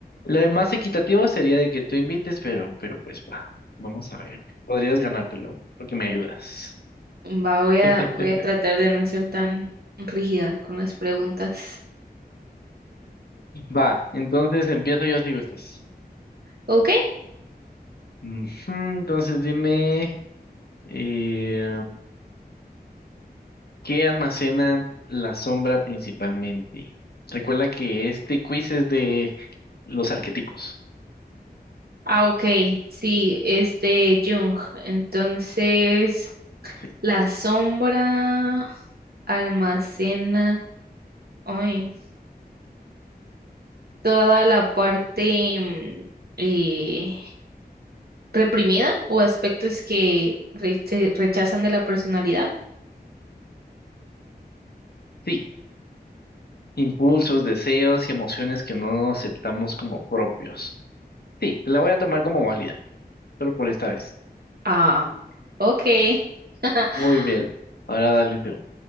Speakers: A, on the left (about 70°); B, on the right (about 70°).
A: Lo más equitativo sería de que tú invites, pero, pero pues va, vamos a ver. Podrías ganártelo, porque me ayudas.
B: Va, voy a,
A: <laughs>
B: voy a tratar de no ser tan rígida con las preguntas.
A: Va, entonces empiezo yo si gustas.
B: ¿Ok?
A: Ujú, entonces dime, eh, ¿qué almacena la sombra principalmente? Recuerda que este quiz es de los arquetipos.
B: Ah, ok. Sí, es de Jung. Entonces,
A: Sí.
B: la sombra almacena. Ay. toda la parte mm, eh, reprimida o aspectos que re- se rechazan de la personalidad.
A: Sí. Impulsos, deseos y emociones que no aceptamos como propios. Sí, la voy a tomar como válida, solo por esta vez.
B: Ah, ok. <laughs>
A: Muy bien. Ahora dale tú.